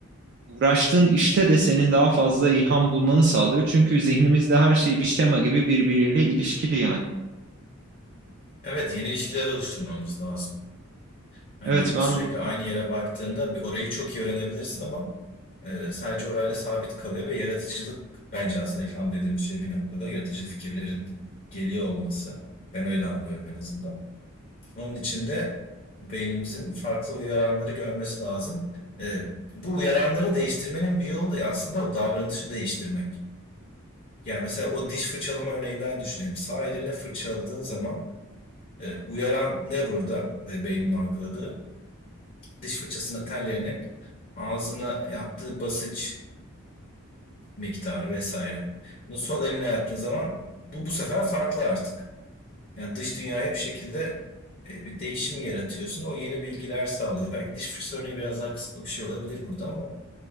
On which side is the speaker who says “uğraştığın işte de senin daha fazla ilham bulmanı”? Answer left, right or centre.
Right